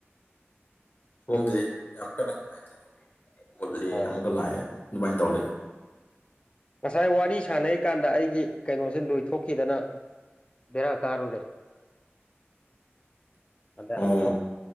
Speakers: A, on the left; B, on the left.
A: ꯁꯣꯝꯗꯗꯤ ꯌꯥꯝ ꯀꯟꯅ ꯅꯨꯡꯉꯥꯏꯇꯦ ꯃꯨꯂꯤ
B: ꯑꯥ
A: ꯑꯃꯨꯛꯀ ꯂꯥꯛꯑꯦ ꯑꯗꯨꯃꯥꯏꯅ ꯇꯧ ꯂꯩ
B: ꯉꯁꯥꯏ ꯋꯥꯔꯤ ꯁꯥꯟꯅꯩ ꯀꯥꯟꯗ ꯑꯩꯒꯤ ꯀꯩꯅꯣꯁꯦ ꯂꯣꯏꯊꯣꯛꯈꯤꯗꯅ ꯕꯔꯥ ꯀꯥꯔ ꯎꯔꯦ ꯑꯗ
A: ꯑꯣ
B: ꯑꯃꯀ